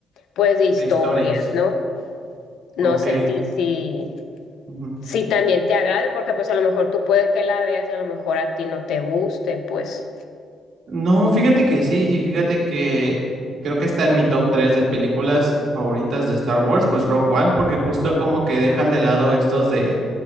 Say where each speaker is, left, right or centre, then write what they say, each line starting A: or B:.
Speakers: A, on the left (about 75°); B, on the right (about 65°).
A: pues de historias,
B: de historias.
A: ¿no?
B: Ok.
A: No sé a ti si,
B: Ujú.
A: si también te agrade, porque pues a lo mejor tú puedes que la veas y a lo mejor a ti no te guste, pues
B: No, fíjate que sí, y fíjate que creo que está en mi top 3 de películas favoritas de Star Wars, pues Rogue One, porque justo como que dejan de lado estos de